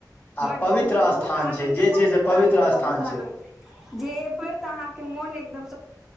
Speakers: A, on the left; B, in the centre.
A: आ
B: बड
A: पवित्र
B: बहुत बहुत
A: स्थान
B: आनन्द
A: छै जे
B: बहुत
A: छै से पवित्र
B: आनन्द बहुत
A: स्थान
B: आनन्द
A: छै
B: जे एबै तऽ अहाँके मोन एकदम